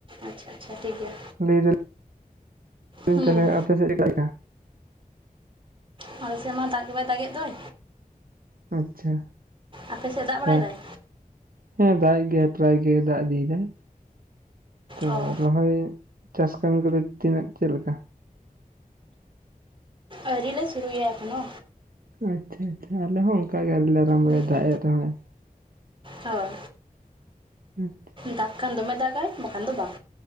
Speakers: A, on the right; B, on the right.
A: ᱟᱪᱪᱷᱟ ᱟᱪᱪᱷᱟ ᱴᱷᱤᱠ ᱜᱮᱭᱟ
B: ᱞᱟᱹᱭ ᱫᱟᱞᱤᱧ <unintelligible>
A: ᱦᱩᱸ
B: ᱛᱟᱦᱟᱞᱮ ᱟᱯᱮ ᱥᱮᱫ ᱮ ᱫᱟᱜᱮᱜᱼᱟ
A: ᱟᱞᱮ ᱥᱮᱫ ᱢᱟ ᱫᱟᱜ ᱜᱮ ᱵᱟᱭ ᱫᱟᱜᱮᱫ ᱫᱚᱭ
B: ᱟᱪᱪᱷᱟ
A: ᱟᱯᱮ ᱥᱮᱫ ᱫᱟᱜ ᱵᱟᱲᱟᱭᱮᱫᱟᱭ
B: ᱛᱟ ᱦᱮᱸ ᱫᱟᱜ ᱜᱮ ᱯᱨᱟᱭ ᱜᱮ ᱫᱟᱜ ᱤᱫᱤᱭᱮᱫᱟᱭ ᱛᱚ
A: ᱚ
B: ᱨᱚᱦᱚᱭ ᱪᱟᱥ ᱠᱟᱹᱢᱤ ᱠᱚᱫᱚ ᱛᱤᱱᱟᱹᱜ ᱪᱮᱫᱞᱮᱠᱟ
A: ᱟᱹᱣᱨᱤᱞᱮ ᱥᱩᱨᱩ ᱭᱟ ᱮᱠᱷᱚᱱᱳ
B: ᱟᱪᱪᱷᱟ ᱟᱪᱪᱷᱟ ᱟᱞᱮ ᱦᱚᱸ ᱚᱱᱠᱟ ᱜᱮ ᱟᱹᱣᱨᱤᱞᱮ ᱟᱨᱟᱢᱵᱚᱭᱟ
A: ᱦᱩᱸ
B: ᱫᱟᱜ ᱮᱜ ᱨᱮᱦᱚᱭ
A: ᱦᱳᱭ
B: ᱟᱪᱪᱷᱟ
A: ᱫᱟᱜ ᱠᱷᱟᱱ ᱫᱚᱢᱮ ᱫᱟᱜᱟᱭ ᱵᱟᱠᱷᱟᱱ ᱫᱚ ᱵᱟᱝ